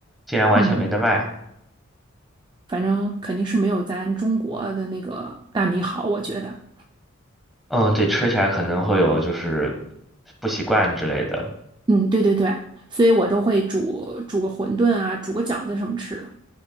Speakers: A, in the centre; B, on the right (about 20°).
A: 竟然完全没得卖。
B: 嗯，反正肯定是没有咱中国的那个大米好，我觉得。
A: 嗯，对，吃起来可能会有就是不习惯之类的。
B: 嗯，对对对，所以我都会煮煮个馄饨啊，煮个饺子什么吃的。